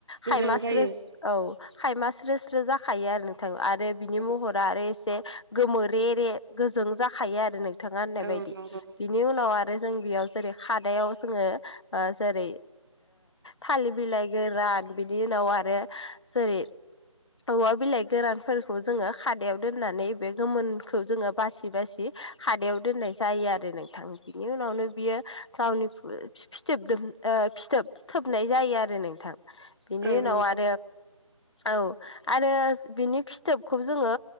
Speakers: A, on the right; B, on the left.
A: गोजों
B: खाइमा
A: जायो
B: औ खायमा स्रो स्रो जाखायो आरो नोंथां आरो बिनि
A: औ
B: महर आरो एसे गोमोरे रे गोजों जाखायो आरो नोंथाङा होननाय
A: औ
B: बायदि
A: नंगौ
B: बिनि उनाव आरो जों बेयाव जेरै खादायाव जोङो जेरै थालिर बिलाइ गोरान बिदि उनाव आरो जेरै औवा बिलाइ गोरानफोरखौ जोङो खादायाव दोननानै बे गोमोनखौ जोङो बासि बासि हादायाव दोननाय जायो आरो नोंथां बिनि उनावनो बियो गावनि फिथोबोब फिथोब थोबनाय जायो आरो नोंथां बिनि
A: औ
B: उनाव
A: नंगौ
B: आरो औ आरो बिनि फिथोबखौ जोङो